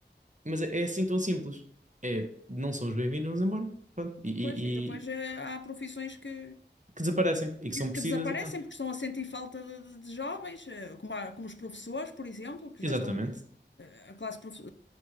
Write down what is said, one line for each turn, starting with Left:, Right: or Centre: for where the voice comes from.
Right: mas é, é assim tão simples. É, não são os bem-vindos, vamos embora. Pronto. E, e-
Left: Pois, e depois
Right: e
Left: eh, há profissões que,
Right: que desaparecem e que
Left: que
Right: são precisas
Left: que desaparecem
Right: e pronto.
Left: porque estão a sentir falta de, de- de jovens, eh, como, a- como os professores, por exemplo, que
Right: Exatamente.
Left: já estão, eh, a classe profe-